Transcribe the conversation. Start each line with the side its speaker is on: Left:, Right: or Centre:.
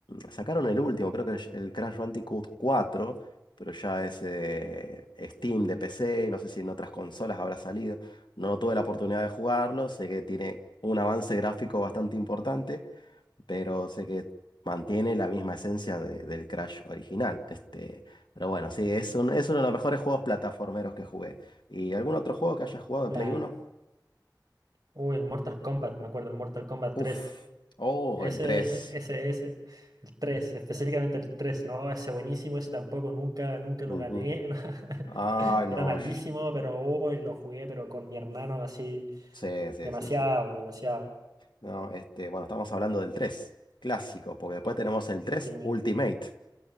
Left: sacaron el último, creo que es el Crash Bandicoot cuatro pero ya es eh, Steam de PC, no sé si en otras consolas habrá salido. No tuve la oportunidad de jugarlo, sé que tiene un avance gráfico bastante importante, pero sé que mantiene la misma esencia de- del Crash original. Este, pero bueno, sí, es un- es uno de los mejores juegos plataformeros que jugué. ¿Y algún otro juego que haya jugado
Right: claro.
Left: de Play Uno
Right: Uy, el Mortal Kombat, me acuerdo, el Mortal Kombat tres
Left: Uf, oh,
Right: Ese,
Left: el tres
Right: ese, ese, el tres específicamente el 3 no, ese buenísimo, ese tampoco, nunca, nunca
Left: Ujú.
Right: lo gané, <laughs>
Left: Ay, no.
Right: Era malísimo,
Left: sh-
Right: pero hoy lo jugué, pero con mi hermano así,
Left: Sí, sí,
Right: demasiado,
Left: sí, sí.
Right: demasiado.
Left: No, este, bueno, estamos hablando del 3 clásico, porque después tenemos el 3
Right: Y-
Left: Ultimate,